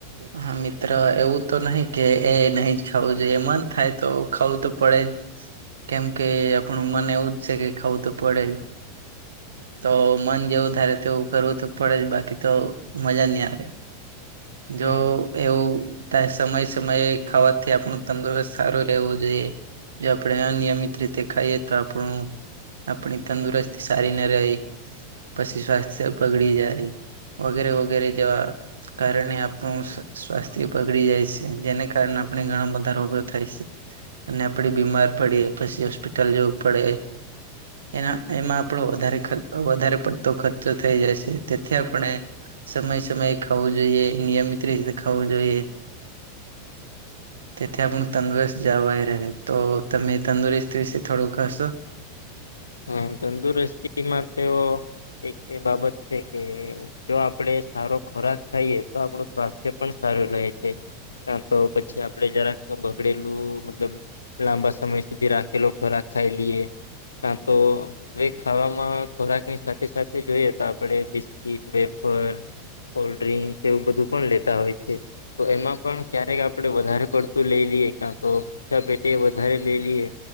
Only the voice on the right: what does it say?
હા મિત્ર એવું તો નહીિ કે એ નહી જ ખાવું જોઈએ મન થાય તો ખાવું તો પડે જ. કેમ કે આપણું મને એવું જ છે કે ખાવું તો પડે જ. તો મન જેવું ધારે તોવું કરવું તો પડે જ બાકી તો મજા નહી આવે. જો.
એવું ત સમય સમયે ખાવાથી આપણું તંદુરસ્ત સારું રહેવું જોઈએ. જો આપણે નિયમિત રીતે ખાઈએ તો આપણું. આપણી તંદુરસ્તી સારી ના રહી. પછી સ્વાસ્થ્ય બગડી જ ર વગેરે વગેરે જેવા. કારણે આપનું સ? સ્વાસ્થ્ય પગડી જાય છે જેને કારણે આપણે ઘણા બધા રોગો થાય છે. અને આપડી બીમાર પડીએ પછી હોસ્પિટલ જવું પડે! એના એમાં આપણો વધારે વધારે પડતો ખર્ચો થઈ જાય છે તેથી આપણે. સમય સમયે ખું જોઈએ નિયમિત રીતે ખું જોઈએ.
તેથી આપ તંદુરસ્ત જવાય રહે તો તમે તંદુરસ્ત વિશે થોડુંક કશો.